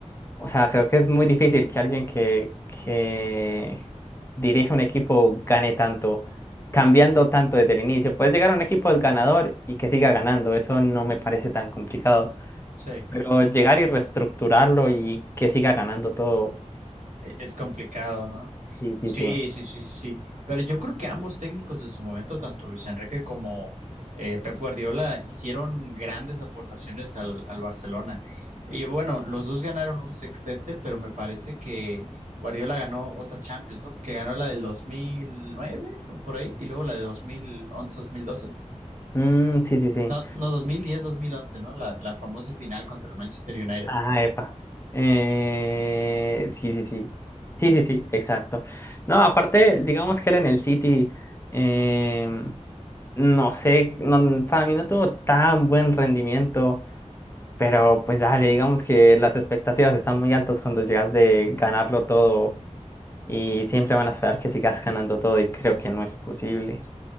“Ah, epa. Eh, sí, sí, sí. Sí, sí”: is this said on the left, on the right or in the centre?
Left